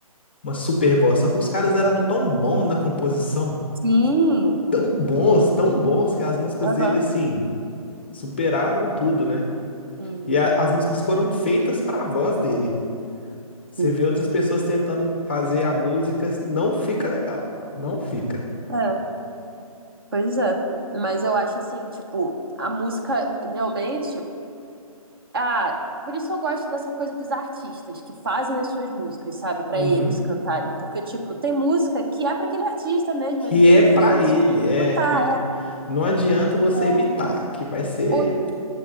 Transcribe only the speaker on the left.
uma super voz. Só que os caras eram
tão bons na composição,
tão bons, tão bons, que as músicas
dele, assim. superaram tudo, né?
E a- as músicas foram feitas para a voz dele. Você
vê outras pessoas tentando fazer a música, não fica legal, não fica.
Uhum.
Que
é para
ele,
é
que
não adianta você
imitar, que vai ser